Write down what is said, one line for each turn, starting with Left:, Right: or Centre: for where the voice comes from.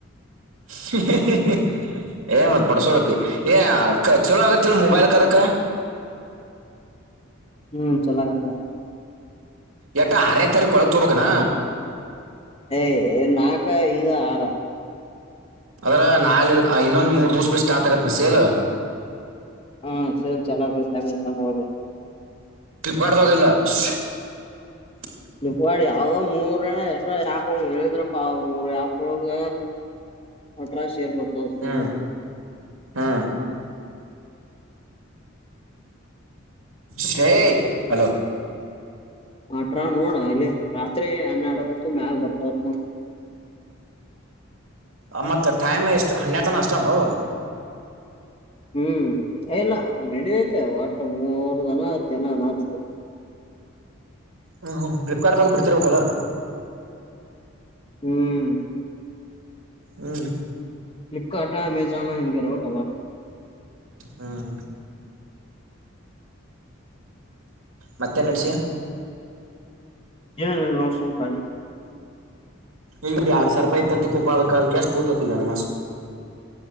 Right: ಹ್ಹಿ ಹ್ಹಿಈ ಏ ಮತ್ ಬಡಸೋರಪ್ಪಿ ಏ ಚಲೋ ಆಗತ್ತ ಇಲ ಮೊಬೈಲ್ ಕದಕ್ಕ
Left: ಹು ಚೊಲೋ ಆಗತ್ಲೆ
Right: ಎಟ್ಟ ಆರನೇ ತಾರೀಕ ಒಳಗ್ ತೋಗಬೇಕನ
Left: ಏಯಯ ನಾಕ ಇದ ಆರ
Right: ಅದ್ರ ನಾಳೆ ಇನ್ನೊಂದ ಮೂರ್ ದಿವ್ಸ ಬಿಟ್ಟ ಸ್ಟಾರ್ಟ್ ಆಗತನ ಸೇಲ
Left: ಹು ಸೆಲ್ ಚೆನ್ನಾಗಳ ತಗೋಳಗೆ
Right: ಬಡದಡೋಲ್ಲ ಶೋ ಟ್ಟ್
Left: ಪ್ಲೀಪಕಾರ್ಡ್ ಯಾವ್ದೋ ಮೂರನೋ ಎಷ್ಟೋ ಯಾಪ್ ಒಳಗ ಹೇಳಿದ್ರಪ್ಪ ಅವ ಮೂರ್ ಯಾಪ್ ಒಳಗ ಅಠರಾಶೇರ್ ಬರ್ತಾವಅಂತ ತಂದು
Right: ಹ್ಮ್ ಹ್ಮ್ ಶೋ ಹೆ ಹಲೋ
Left: ಆಟ್ರಾ ನೋಡ ಅಲ್ಲಿ ರಾತ್ರಿ ಹನ್ಯಡಕ್ಕ ಮ್ಯಾಗ ಬರ್ತವಂತ ನೋಡು
Right: ಅ ಮತ್ತ ಟೈಮ್ ಎಷ್ಟು ಹಾನ್ಯಾಡತನಾ ಅಷ್ಟನವು
Left: ಹು ಯೇ ಇಲ್ಲ ನಡಿಯೈತೆ ಒಟ್ಟ ಮೂರು ದಿನಾ ಹತ್ತು ದಿನಾ ಅನಾತ್ತಿದ್ರು
Right: ಹ ಹ ಫ್ಲಿಪ್ಕಾರ್ಡ್ ಬಿಡ್ತಿರ್ಬೇಕಲ್ಲಾ
Left: ಹ್ಮ್
Right: ಹ್ಮ್
Left: ಫ್ಲಿಪ್ಕಾರಾರ್ಟಾ ಅಮೇಝಾನ ಹೆಂಗರಬೇಕ
Right: ಹ್ಮ್ ಮತ್ತೇನ್ ನಡ್ಸಿಯ
Left: ಏನಿಲ್ಲ ನೋ ಸುಮ್ಮ ಕಾಲಿ
Right: ಈಗ್ ಯಾಡ ಸಾವಿರಪಾಯಿ ಇತ್ತತ ತಿಕೋ ಪಾ ಅದಕ್ಕ ಎಷ್ಟ ಭಿತತಿ ಈಗ ಅಜಮಸ್.